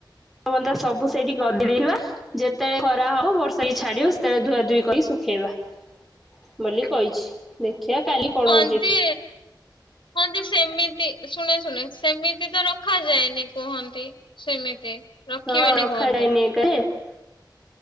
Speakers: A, in the centre; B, on the left (about 85°).
A: ଫନ୍ତା ସବୁ ସେଇଠି ଗଦି ଦେଇଥିବା। ଯେତେବେଳେ ଖରା ହବ ବର୍ଷା ବି ଛାଡିବ ସେତେବେଳେ ଧୁଆ ଧୁଇ କରି ଶୁଖେଇବା। ବୋଲି କହିଛି ଦେଖିବା କାଲି କଣ
B: ହଁ
A: ହଉଛି
B: ଯେ ହଁ ଯେ ସେମିତି ଶୁଣେ ଶୁଣେ ସେମିତି ତ ରଖାଯାଏନି କୁହନ୍ତି? ସେମିତି ରଖିବେନି
A: ହଁ
B: କୁହନ୍ତି।
A: <inaudible>